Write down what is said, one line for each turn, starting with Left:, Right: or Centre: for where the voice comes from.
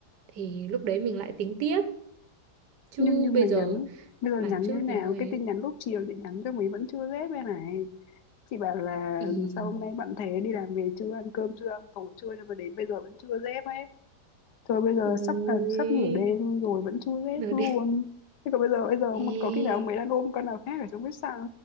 Right: thì lúc đấy mình lại tính tiếp chứ
Left: nhưng nhưng
Right: bây
Left: mà nhắn
Right: giờ
Left: bây giờ
Right: bán
Left: nhắn
Right: trước
Left: như thế nào
Right: thì hơi
Left: cái
Right: ấy.
Left: tin nhắn lúc chiều chị nhắn cho mấy vẫn chưa dép đây này chị bảo là
Right: ý
Left: sao hôm nay bạn thế đi làm về chưa ăn cơm chưa ăn tối chưa nhưng mà đến bây giờ vẫn chưa dép ấy thôi bây giờ
Right: ôi
Left: sắp là sắp nửa đêm rồi vẫn chưa dép
Right: nửa
Left: luôn
Right: đêm
Left: thế còn bây giờ bây giờ ông-
Right: ê
Left: có khi nào ông ấy đang ôm con nào khác ở trong khách sạn